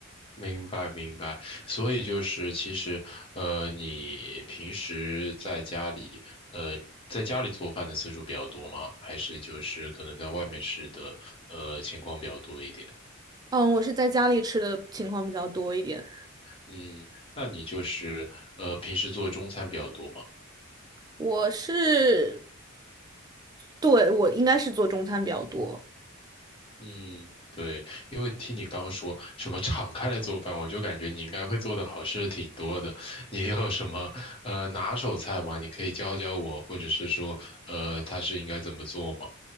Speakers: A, on the left (about 25°); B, on the right (about 20°).
A: 明白明白，所以就是其实，呃，你平时在家里，呃，在家里做饭的次数比较多吗？还是就是可能在外面吃的，呃，情况比较多一点？
B: 嗯，我是在家里吃的情况比较多一点。
A: 嗯，那你就是呃，平时做中餐比较多吗？
B: 我是，对，我应该是做中餐比较多。
A: 嗯，对，因为听你刚刚说什么敞开来做饭，我就感觉你应该会做的好吃的挺多的。你有什么呃拿手菜吗？你可以教教我，或者是说，呃，它是应该怎么做吗？